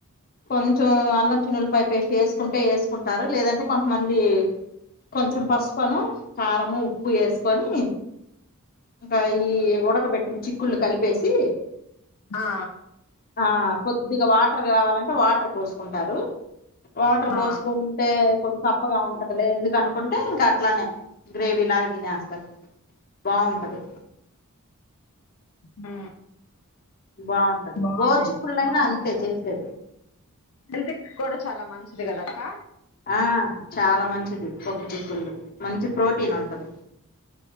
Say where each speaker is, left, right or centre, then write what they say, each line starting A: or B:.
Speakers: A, on the left; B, on the left.
A: కొంచెం అల్లం చినుల్లిపాయ పేస్ట్ వేసుకుంటే వేసుకుంటారు లేదంటే కొంతమంది కొంచెం పసు ప్పును కారంము ఉప్పు వేసుకొని ఇంకా ఈ ఉడకబెట్టిన చి కుల్ కలిపేసి
B: ఆ
A: ఆ కొద్దిగా వాటర్ కావాలంటే వాటర్ పోసుకుంటారు వాటర్
B: ఆ,
A: పోసుకుంటే కొంచెం చప్పగా ఉంటదిలే ఎందుకును కంటే ఇంకా అట్లానే గ్రేవీ లాగా తినేస్తారు బాగుంటది
B: ఆ
A: బాగుంటది
B: బాగుండేది
A: గోరు చిక్కుళ్ళైనా
B: బాగుండేది
A: అంతే చేసేది
B: అక్క హెల్త్ కూడా చాలా మంచిది కదా అ కా
A: ఆ చాలా మంచిది కొప్పు చిక్కుళ్ళు మంచి ప్రోటీన్ ఉంటది